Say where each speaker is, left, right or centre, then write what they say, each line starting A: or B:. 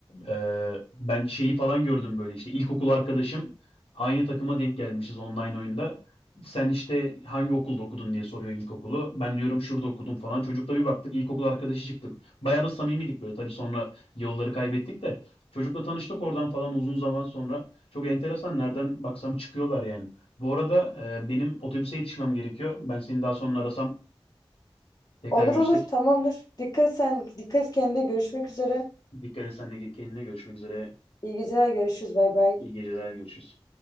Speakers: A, on the left (about 80°); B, on the left (about 45°).
A: Ee, ben şeyi falan gördüm böyle işte ilkokul arkadaşım aynı takıma denk gelmişiz online oyunda. Sen işte hangi okulda okudun diye soruyor ilkokulu. Ben diyorum şurada okudum falan. Çocukla bir baktık ilkokul arkadaşı çıktık. Bayağı da samimiydik böyle. Tabii sonra yolları kaybettik de çocukla tanıştık oradan falan uzun zaman sonra. Çok enteresan nereden baksam çıkıyorlar yani. Bu arada e, benim otobüse yetişmem gerekiyor. Ben seni daha sonra arasam tekrar
B: Olur
A: görüşsek.
B: olur tamamdır. Dikkat sen dikkat kendine görüşmek üzere.
A: Dikkat et sen de kendine görüşmek üzere.
B: İyi geceler görüşürüz bay bay.
A: İyi geceler görüşürüz.